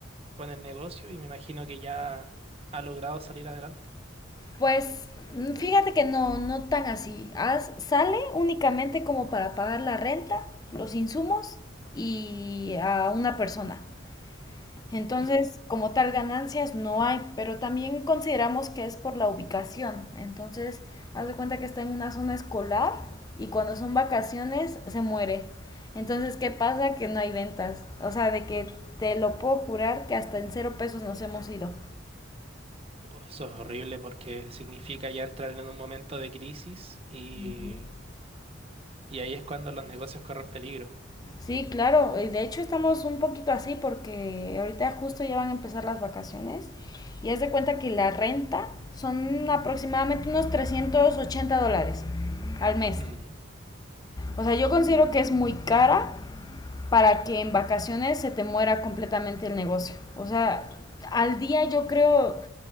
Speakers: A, on the right; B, on the left.
A: con el negocio y me imagino que ya ha logrado salir adelante.
B: Pues mm, fíjate que no, no tan así. Haz- sale únicamente como para pagar la renta, los insumos y a una persona. Entonces,
A: Mm,
B: como tal, ganancias no hay, pero también consideramos que es por la ubicación. Entonces, haz de cuenta que está en una zona escolar y cuando son vacaciones se muere. Entonces, ¿qué pasa? Que no hay ventas. O sea, de que te lo puedo jurar que hasta en cero pesos nos hemos ido.
A: uh, Eso es horrible porque significa ya entrar en un momento de crisis y,
B: Ujú.
A: y ahí es cuando los negocios corren peligro.
B: Sí, claro. y De hecho, estamos un poquito así porque ahorita justo ya van a empezar las vacaciones y haz de cuenta que la renta son aproximadamente unos 380 dólares al mes.
A: Mm,
B: O sea, yo considero que es muy cara para que en vacaciones se te muera completamente el negocio. O sea, al día yo creo,